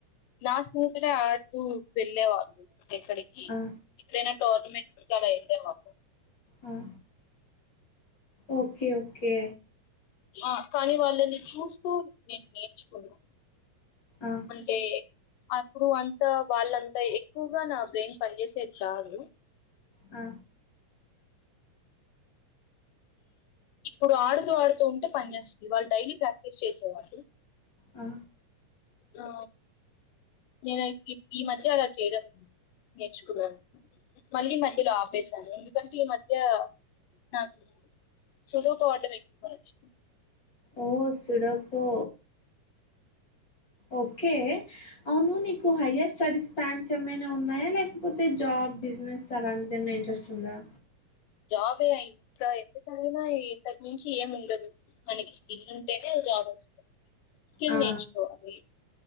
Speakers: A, on the left; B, on the left.
A: క్లాస్ పూర్తిగా ఆడుతూ వెళ్ళేవాళ్ళు ఎక్కడికి
B: ఆ!
A: ఎక్కడైనా టోర్నమెంట్స్ కి అలా వెళ్ళేవాళ్ళు
B: ఆ! ఓకే ఓకే
A: ఆ కానీ వాళ్ళని చూస్తూ నేను నేర్చుకున్నా
B: ఆ!
A: అంటే అప్పుడు అం తే వాళ్ళంతా ఎక్కువగా నా ఏం పని చేసేది కాదు
B: ఆ
A: ఇప్పుడు ఆడుతూ ఆడుతూ ఉంటే పని చేేస్తుంది వాళ్ళు డైలీ ప్రాక్టీస్ చేసేవాళ్ళు
B: ఆ
A: ఆ నేను ఈ మధ్య అలా చేయడం నేర్చుకున్నాను మళ్ళీ మధ్యలో ఆపేశాను ఎందుకంటే ఈ మధ్య నాకు సుడోకు ఆడటం ఎక్కువ నచ్చింది
B: ఓ సడొకో ఓకే అవును నీకు హయ్యర్ స్టడీస్ ప్లాన్స్ ఏమైనా ఉన్నాయా లేకపోతే జాబ్ బిజినెస్ అలాంటిది ఏమైనా ఇంట్రెస్ట్ ఉందా
A: జాబే అ ఇంకా ఎంత చదివినా ఇంతకి మించి ఏమి ఉండదు మనకి స్కిల్ ఉంటేనే జాబ్ వస్తు స్కిల్
B: ఆ
A: నేర్చుకోవాలి